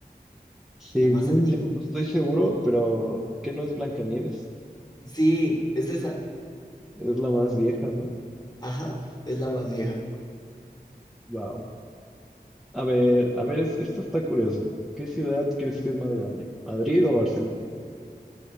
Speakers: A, in the centre; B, on the left.
A: según
B: La más antigua.
A: yo, no estoy seguro, pero que no es Blancanieves?
B: Sí, es esa.
A: Es la más vieja, ¿no?
B: Ajá, es la más vieja.
A: Wow. A ver, a ver, es, esto está curioso. ¿Qué ciudad crees que es más grande? ¿Madrid o Barcelona?